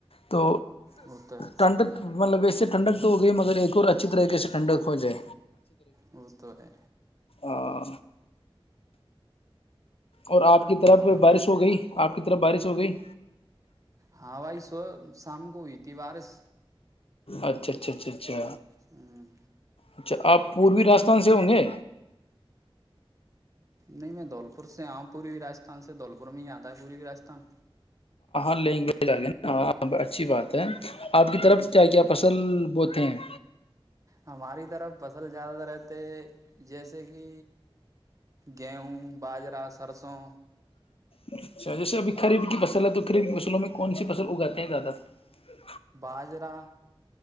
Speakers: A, on the left; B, on the right.
A: تو
B: وہ تو ہے
A: ٹنڈ مطلب بی ٹھڈک تو ہو گئی مگر ایک اور اچھی طریقے سے ٹھڈک ہو جائے
B: ا تو ہے
A: آ <unintelligible> اور آپ کی طرف
B: اور
A: بارش
B: وہ
A: ہو گئی آپ ک طرح بارش ہو گئی
B: ہاں وائی سو سام کو ہوئی تھی وارس
A: اچھا اچھا اچھا اچھا
B: ہوں،
A: اچھا آپ پوروی راجستھان سے ہوں گے
B: نہیں میں دھولپور سے آام پور بھی راستھان سے دولپور میں ہی آتا ہے پوری راستان
A: لینگویج آ گیا ہاں اچھی بات ہے آپ کی طرف کیا کیا فصل بوتے ہیں
B: ہماری طرف فصل زیادہ تر رہتے جیسے کہ گیہوں باجرہ سرسوں
A: اچھا جیسے ابھی خریب کی فصل ہے تو قریب کی فصلوں میں کون سی فصل اگاتے ہیں زیادہ تر
B: باجرا